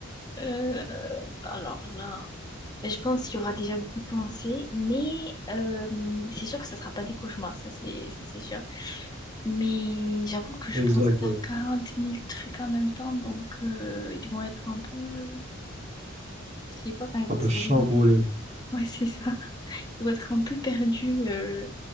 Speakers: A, on the left (about 20°); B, on the right (about 35°).
A: Euh, alors là, je pense qu'il y aura déjà beaucoup de pensées, mais euh, c'est sûr que ça sera pas des cauchemars, ça c'est ça c'est sûr. Mais j'avoue que je
B: Exactement.
A: pense à quarante mille trucs en même temps, donc euh, ils vont être un peu, je sais pas quand ils
B: Un
A: vont
B: peu
A: se
B: chamboulé.
A: réveiller. <laughs> Ouais, c'est ça. Ils vont être un peu perdus, euh,